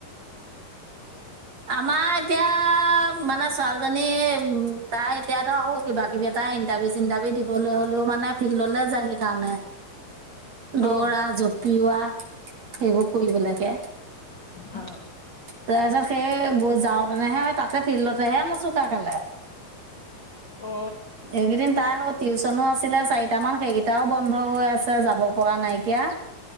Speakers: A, on the right; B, on the left.
A: আমাৰ এতিয়া মানে ছোৱালীজনী উম তাই এতিয়া ধৰ সৌ কিবা-কিবি এটা ইণ্টাৰভিউ - চিণ্টাৰভিউ দিবলে হ'লেও মানে ফিল্ডলে যায় সেইকাৰণে। দৌৰা,
B: অঁ
A: জপিওৱা সেইবোৰ কৰিবলেকে।
B: অঁ
A: তাৰপিছত এ, ব যাওঁতেনেহে এই তাতে ফিল্ডতেহে মোচোকা খালে।
B: অঁ
A: এইকেইদিন তাই সৌ, টিউচনো আছিলে চাৰিটামান, সেইগিটাও বন্ধ হৈ আছে, যাব পৰা নাইকিয়া।